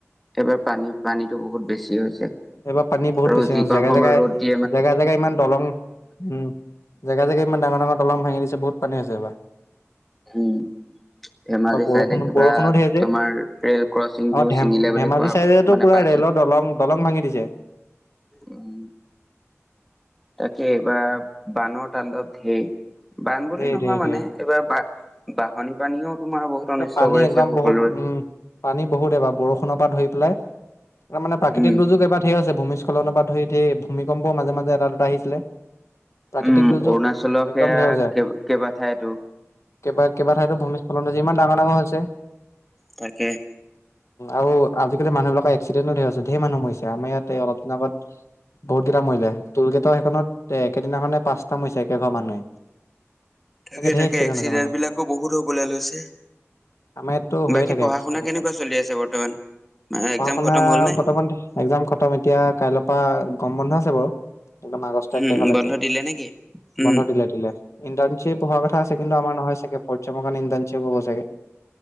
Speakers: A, in the centre; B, on the left.
A: এইবাৰ পানী-পানীতো বহুত বেছি হৈছে,
B: এইবাৰ পানী বহুত
A: আৰু
B: বেছি
A: যিকণ
B: অ জেগাই
A: সময়
B: জেগাই
A: ৰ'দ দি
B: জেগাই জেগাই ইমান দলং উম জেগাই জেগাই ইমান ডাঙৰ ডাঙৰ দলং ভাঙি দিছে। ছে বহুত পানী আছে এইবা।
A: হম। ধেমাজি
B: বৰষুণ
A: চাইডে কিবা
B: বৰষুণো ধেৰ যে
A: তোমাৰ ৰেল ক্ৰচিংটো
B: অ ধেম
A: চিঙিলে বুলি
B: ধেমাজি
A: কোৱা
B: চাইডেতো
A: মানে
B: পুৰা
A: পাই
B: ৰেলৰ দলং-দলং ভাঙি দিছে।
A: উম। তাকে এইবাৰ বানৰ তাণ্ডৱ ধেই। বান বুলি
B: ধেৰ
A: নহয়
B: ধেৰ
A: মানে
B: ধেৰ
A: এইবাৰ বা বাহনি পানীও তোমাৰ বহুত অনিষ্ট
B: এ পানী
A: কৰিছে
B: একদম
A: সকলোৰে
B: বহুত উম পানী বহুত এবাৰ বৰষুণৰ পৰা ধৰি পেলাই এটা মানে প্ৰাকৃক
A: উম
B: দুৰ্যোগ এবাৰ সেই আছে ভূম সস্খলনৰ পৰা ধৰি ধেই ভূমিকম্পও মাজে মাজে এটা-দুটা আহিছিলে। প্ৰাকৃতিক
A: উম,
B: দুৰ্যোগ
A: অৰুণাচলৰ
B: একদম
A: সেয়া
B: ধেৰ হৈছে
A: কেইবা ঠাইতো
B: কেইবা কেইবাঠাইতো ভূমিস্খলন হৈছে ইমান ডাঙৰ ডাঙৰ হৈছে।
A: তাকে
B: আৰু আজিকালি মানুহ বিিলাকৰ এক্সিডেণ্ট ধেৰ আছে ধেৰ মানুহৰিছে আমাৰ ইয়াতে অলপিন আগত বহুত দিইটা মৰিলে কেইটাও সেইখনত এ একেদিনাখনে পাঁচটা মৰিছে একে ঘৰ মানুহে
A: তাকে
B: ধেৰ
A: তাকে এক্সিডেণ্ট
B: হৈছে মানে
A: বিলাকো বহুত হবলে লৈছে।
B: আমাৰ ইয়াততো হৈয়ে
A: বাকী
B: থাকে
A: পঢ়া
B: এক্সিডেণ্ট
A: শুনা কেনেকুৱা
B: একদম
A: চলি আছে বৰ্তমান এক্জাম
B: পঢ়া শুনা
A: খতম হ'ল নে?
B: বৰ্তমান এক্জাম খটম এতিয়া কাইলৈৰ পৰা গম বন্ধ আছে বাৰু মাগছটো
A: উম,
B: একটা এঘলৈকে
A: বন্ধ দিলে নেকি? উম,
B: বন্ধ দিলে দিলে ইাৰশ্বিপ হোৱাৰ কথা আছে কিন্তু আমাৰ নহয় <unintelligible> হব চাগে।